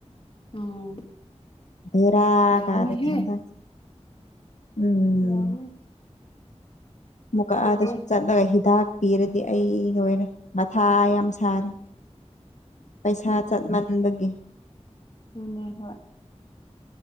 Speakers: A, on the left; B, on the left.
A: ꯎꯝ
B: <inaudible> ꯚꯦꯔꯥ
A: ꯌꯥꯝꯃꯤꯍꯦ
B: ꯀꯥꯔꯦꯗ ꯍꯟꯗꯛ ꯎꯝ
A: ꯌꯥꯝꯃꯦ
B: ꯑꯃꯨꯛꯀꯥ
A: ꯂꯣꯏꯔꯦ
B: ꯑꯗꯁꯨ ꯆꯠꯂꯒ ꯍꯤꯗꯥꯛ ꯄꯤꯔꯗꯤ ꯑꯩ ꯂꯣꯏꯔꯦ ꯃꯊꯥ ꯌꯥꯝ ꯁꯥꯔꯦ ꯄꯩꯁꯥ ꯆꯠꯃꯟꯕꯒꯤ
A: ꯇꯨꯅꯦ ꯍꯣꯏ